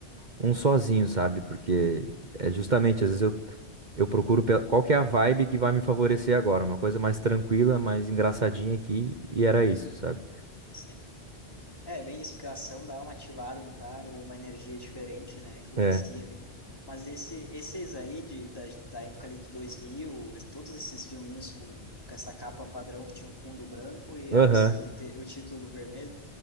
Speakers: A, on the right; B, on the left.
A: um sozinho, sabe? Porque é justamente, às vezes eu, eu procuro pela- qual que é a vibe que vai me favorecer agora. Uma coisa mais tranquila, mais engraçadinha aqui, e era isso, sabe?
B: Sim. É, bem isso, porque a ação dá uma ativada no cara, ou uma energia diferente, né? Influencia
A: É.
B: ali. Mas esse, esses aí, de, da, da época ali de 2000, es- todos esses filminhos com, com essa capa padrão que tinha o fundo branco e
A: Aham.
B: a, o, s- o te- o título vermelho,